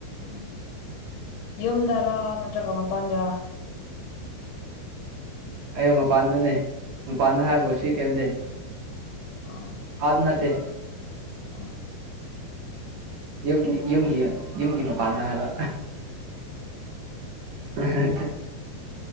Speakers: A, on the left; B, on the right.
A: ꯎꯝ ꯌꯨꯝꯗꯥꯔ ꯅꯠꯇ꯭ꯔꯥꯒ ꯃꯄꯥꯟꯗꯥꯔ <inaudible>
B: ꯑꯩ ꯃꯄꯥꯟꯗꯅꯦ ꯃꯄꯥꯟꯗ ꯍꯥꯏꯔꯕꯣ ꯁꯤ <unintelligible>
A: ꯑꯣ
B: ꯑꯥꯗ ꯅꯠꯇꯦ
A: ꯑꯣ
B: ꯌꯨꯝꯒꯤ ꯌꯨꯝꯒꯤ ꯌꯨꯝꯒꯤ ꯃꯄꯥꯟꯗ ꯍꯥꯏꯕ ꯑꯥ